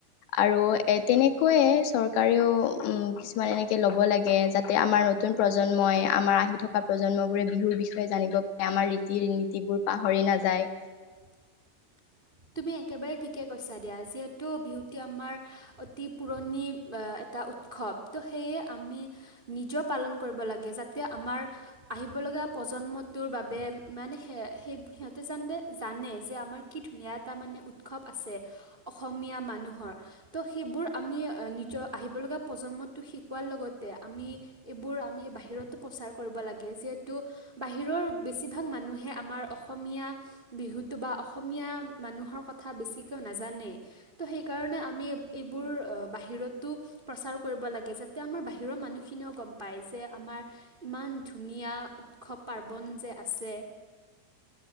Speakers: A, on the left; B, on the right.
A: আৰু এ তেনেকৈয়ে চৰকাৰেও উম। কিছুমান এনেকে ল'ব লাগে যাতে আমাৰ নতুন প্ৰজন্মই আমাৰ আহি থকা প্ৰজন্মবোৰে বিহুৰ বিষয়ে জানিব পাৰে আমাৰ ৰীতি-নীতিবোৰ পাহৰি নাযায়।
B: <inaudible> তুমি একেবাৰে ঠিকে কৈছা দিয়া যিহেতু বিহুতি আমাৰ অতি পুৰণি এটা উত- সৱ ত সেয়ে আমি নিজেও পালন কৰিব লাগে যাতে আমাৰ আহিব লগা প্ৰজ প্ৰজন্মটোৰ বাবে মানে স সেই সিহঁতে জানে জানে যে আমাৰ কি ধুনীয়া। এ মানে উৎসৱ আছে অসমীয়া মানুহৰ ত সেইবোৰ আমি নিজৰ আহিবল গা প্ৰজন্মটো শিকোৱাৰ লগতে আমি এইবোৰ আমি বাহিৰতো প্ৰচাৰ কৰিব লাগে যিহেতু বাহিৰৰ বেছিভাগ মানুহে আমাৰ অসমীয়া বিহুটো বা অসমীয়া। মানুহৰ কথা বেছিকৈ নাজানে ত' সেইকাৰণে আমি এইবোৰ বাহিৰতো। প্ৰচাৰ কৰিব লাগে যাতে আমাৰ বাহিৰৰ মানুহখিনিও গম পায় যে আমাৰ ইমান ধুনীয়া। উৎসৱ পাৰ্বণ যে আছে।